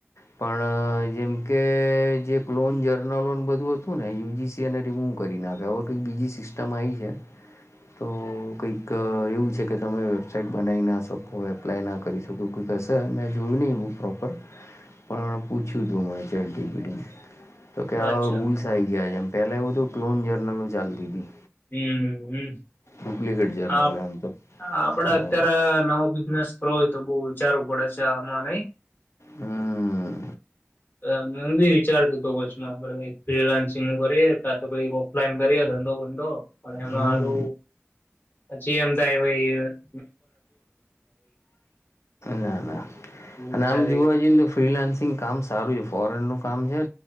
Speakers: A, on the left; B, on the left.
A: પણ જેમકે જે એક લોન જર્ન લોન બધું હતું ને યુજીસી એને રીમૂવ કરી નાખે હવે કંઈક બીજી સિસ્ટમ આવી છે તો કંઈક એવું છે કે તમે વેબસાાઈટ બનાવી ના શકો એપ્લાય ના કરી શકો કઈ કે હશે મેં જોયું નહીં એવું પ્રોપર પણ પૂછ્યું હતું મળે છેડીપીડી તો કે્યાવા
B: અચ્છા
A: રૂલ્સ આવી ગયા એમ પહેલાં એવુંધું ક્લોન જર્નલો ચાલતી હતી.
B: હમ હમ
A: ડુપ્લિકેટ જર્નલ
B: આપ
A: એમ તો
B: આપડે
A: હા
B: અત્યારે નવો બિઝનેસ રોહિ તો બહુ વિચારું પડે છે આમાં નહી
A: હમ
B: એ હ બી વિચારતું તોચમાં બરા ફ્રીલાન્સિંગ કરીય ત તો કઈ ઓફલાઇન કરીય બોર અંધો પણ એમાં
A: હમ
B: મારું પછી એમ થાય ભઈ.
A: ના ના
B: ઊંચા
A: અને આમ
B: થઈ
A: જોવા જઈએને તો ફ્રીલાન્સિંગ કામ સારું છે ફોરેન નું. કામ છેે